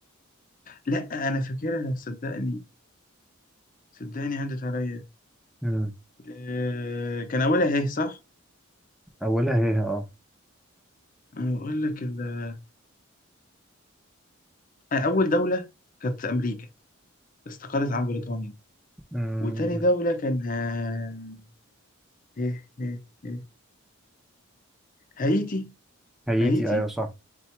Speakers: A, on the left (about 40°); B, in the centre.
A: لا أنا فاكرها صدقني صدقني عدت عليا
B: مم.
A: آه كان أولها إيه صح؟
B: أولها هي اه
A: أنا بقول لك ال- آه، أول دولة كانت أمريكا استقلت عن بريطانيا
B: مم.
A: وتاني دولة كان ها... إيه إيه إيه. هايتي
B: هايتي
A: هايتي
B: أيوة صح